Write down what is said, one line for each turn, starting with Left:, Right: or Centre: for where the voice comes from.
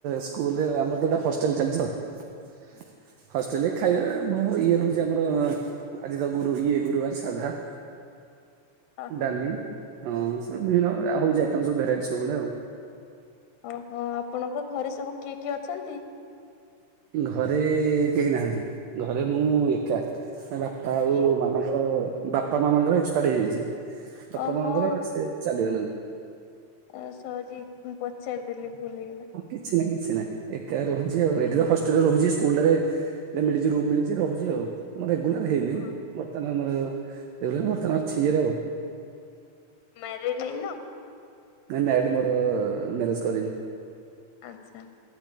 Right: ସ୍କୁଲେ ଆମର ତ ଗୋଟେ ହଷ୍ଟେଲ ଚାଲିଛି ଆଉ। ହଷ୍ଟେଲରେ ଖାଇବା
Left: ଓହୋ
Right: ବ ଇଏ ରହୁଛି। ଆମର ଆଜି ତ ଗୁରୁ ଇଏ ଗୁରୁବାର ସାଧା।
Left: ଓହୋ
Right: ଡାଲି ହଁ <unintelligible> ବିଭିନ୍ନ ହଉଛି ଆଇଟମ ସବୁ ଭେରାଇଟି ସବୁବେଳେ ଆଉ।
Left: ଓହୋ ଆପଣଙ୍କ ଘରେ ସବୁ କିଏ କିଏ ଅଛନ୍ତି?
Right: ଘରେ କେହି ନାହାନ୍ତି, ଘରେ ମୁଁ ଏକା। ତା ବାପା ଆଉ
Left: କି?
Right: ମାମାଙ୍କ, ବାପା ମାମାଙ୍କର ଏକ୍ସପାଡ ହେଇଯାଇଛି। ତପ
Left: ଓହୋ
Right: ମାଙ୍କର ସେ ଚାଲିଗଲାଣି।
Left: ଆଉ ସରି ମୁଁ ପଚାରିଦେଲି। ଭୁଲ ହେଇଗଲା।
Right: ହଁ କିଛି ନାହିଁ କିଛି ନାହିଁ ଏକା ରହୁଛି ଆଉ, ଏଠି ତ ହଷ୍ଟେଲରେ ରହୁଛି ସ୍କୁଲ ରେ ମିଳିଛି ରୁମ୍ ମିଳିଛି ରହୁଛି ଆଉ, ରେଗୁଲାର ହେଇନି
Left: ହଁ
Right: ବର୍ତ୍ତମାନ ଆମର ଏ ବର୍ତ୍ତମାନ
Left: ଆଚ୍ଛା
Right: ଆଛିିଏରୋ
Left: ମ୍ୟାରେଡ ହେଇନ?
Right: ନାଇଁ ମ୍ୟାରେଡ ମୋର ମ୍ୟାରେଜ କରିନି।
Left: ଆଛା।